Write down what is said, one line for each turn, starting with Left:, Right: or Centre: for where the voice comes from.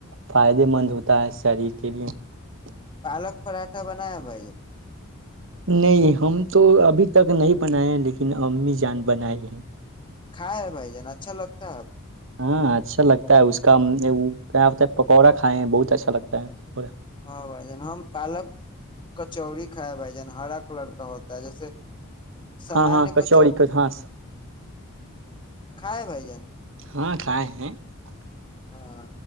Right: فائدے مند ہوتا ہے شریر کے لیے <unintelligible>
Left: پالک پراٹھا بنایا بھائی <unintelligible>
Right: نہیں ہم تو ابھی تک نہیں بنائے لیکن امی جان بنائی ہے
Left: کھا ہے بھائی جان اچھا لگتا ہے آپ کو
Right: ہاں اچھا لگتا ہے اس کا کیا ہوتا ہے پکوڑا کھائے ہیں بہت اچھا لگتا ہے <unintelligible>
Left: ہاں بھائی جان ہماں پالک <unintelligible> کچی کھائے بھائی جان ہرا کلر کا ہوتا ہے جیسے سامان
Right: ہاں ہاں کچوڑی
Left: کو چ
Right: ہاں
Left: کھائے بھائی جان <unintelligible>
Right: ہاں کھائے ہیں <unintelligible>
Left: ہاں